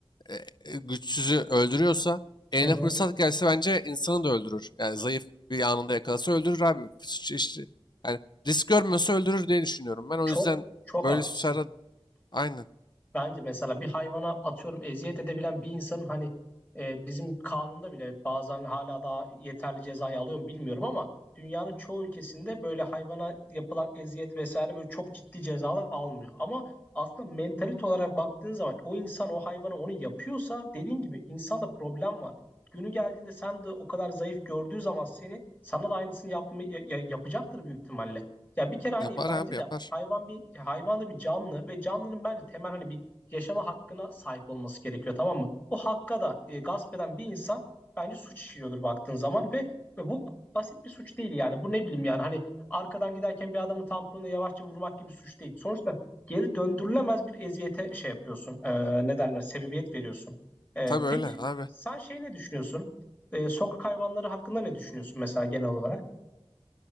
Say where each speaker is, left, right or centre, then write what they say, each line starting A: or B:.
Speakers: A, on the left; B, on the left.
A: e, e, güçsüzü öldürüyorsa, eline
B: Hı hı.
A: fırsat gelse bence insanı da öldürür. Yani zayıf bir anında yakalasa öldürür abi. Suç işi- yani risk görmüyorsa öldürür diye düşünüyorum. Ben o
B: Çok
A: yüzden
B: çok
A: böyle
B: haklısın.
A: suçlarda aynen
B: Bence mesela bir hayvana atıyorum eziyet edebilen bir insanın hani e, bizim kanunda bile bazen hala daha yeterli cezayı alıyor mu bilmiyorum ama dünyanın çoğu ülkesinde böyle hayvana yapılan eziyet vesaire böyle çok ciddi cezalar almıyor. Ama aslında mentalite olarak baktığın zaman o insan o hayvana onu yapıyorsa dediğin gibi insanda problem var. Günü geldiğinde sen de o kadar zayıf gördüğü zaman seni sana da aynısını yapma, ya- ya- yapacaktır büyük ihtimalle. Ya bir kere hani
A: yapar
B: bence
A: abi
B: de
A: yapar.
B: hayvan bir hayvan da bir canlı ve canlının bence temel hani bir yaşama hakkına sahip olması gerekiyor tamam mı? O hakka da e, gasp eden bir insan bence suç işliyordur baktığın zaman ve, ve bu basit bir suç değil yani. Bu ne bileyim yani hani arkadan giderken bir adamın tamponuna yavaşça vurmak gibi suç değil. Sonuçta geri döndürülemez bir eziyete şey yapıyorsun. E, ne derler? Sebebiyet veriyorsun. E,
A: Tabii öyle
B: peki
A: abi.
B: sen şey ne düşünüyorsun? E, sokak hayvanları hakkında ne düşünüyorsun mesela genel olarak?